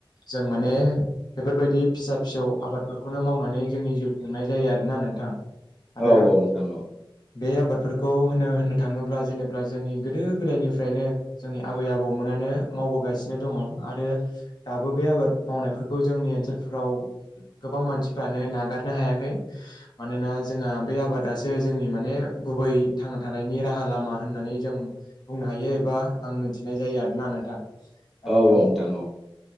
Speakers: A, on the left; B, in the centre.
A: जों माने बेफोरबायदि फिसा फिसौ आबादफोरखौनो मावनानै जोंनि जिउ खुंनाय जायो आरोना नोंथां आरो
B: औ औ नोंथां औ
A: बे आबादफोरखौ होनो होननो थांङोब्ला जेनेबा जोंनि गोदो गोदायनिफ्रायनो जोंनि आबै आबौमोना नो मावबोगासिनो दंङ आरो दाबो बे आबाद मावनायफोरखौ जोंनि ओनसोलफोराव गोबां मानसिफ्रानो नागारनो हायाखै मानोना जोंहा बे आबादासो जोंनि माने गुबै थांना थानायनि राहा लामा होननानै जों बुंनो हायो एबा आं मिथिनाय जायो आरोना नोंथां। आरो
B: औ औ
A: माने
B: नोंथां औ